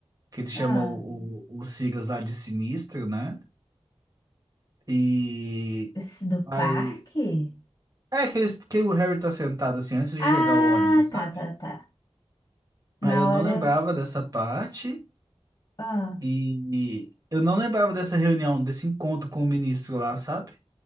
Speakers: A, on the right; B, on the left.
A: que eles chamam
B: Ah,
A: o, o, os Sirius lá de Sinistro, né? E
B: esse do
A: aí.
B: parque?
A: É, que, eles, que o Harry tá sentado assim antes de chegar
B: Ah,
A: o ônibus, sabe?
B: tá, tá, tá. Na
A: Aí eu não
B: hora.
A: lembrava dessa parte
B: Ah,
A: e e eu não lembrava dessa reunião, desse encontro com o ministro lá, sabe?